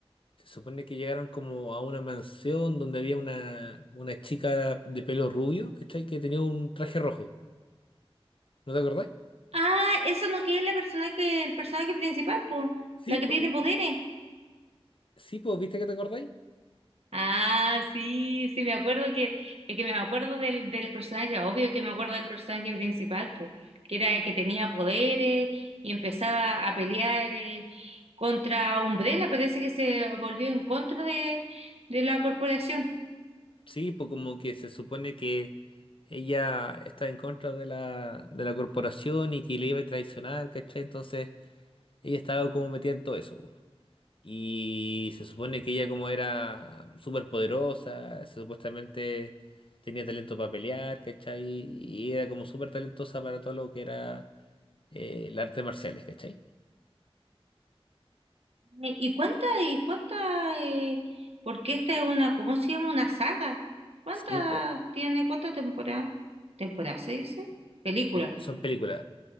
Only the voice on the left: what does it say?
Se supone que llegaron como a una mansión donde había una, una chica de pelo rubio, ¿cachai? Que tenía un traje rojo. ¿No te acordáis?
Sí,
pues,
vi-
sí, pues, ¿viste que te acordáis?
Sí, pues como que se supone que ella está en contra de la, de la corporación y que le iba a traicionar, ¿cachai? Entonces ella estaba como metida en todo eso. po. Y se supone que ella como era súper poderosa, supuestamente tenía talento para pelear, ¿cachai? Y era como súper talentosa para todo lo que era eh, el arte marciales, ¿cachai?
Sí, pues.
son películas.